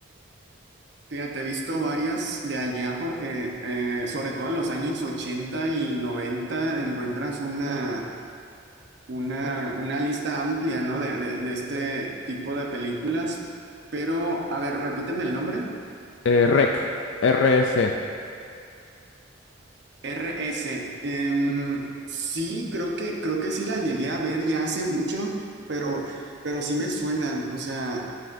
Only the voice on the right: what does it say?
Fíjate, he visto varias de allá porque eh, sobre todo en los años 80 y 90 encuentras una, una, una lista amplia, ¿no? de, de de este tipo de películas. Pero, a ver, repíteme el nombre.
RS. em, sí, creo que, creo que sí la llegué a ver ya hace mucho, pero, pero sí me suenan. O sea,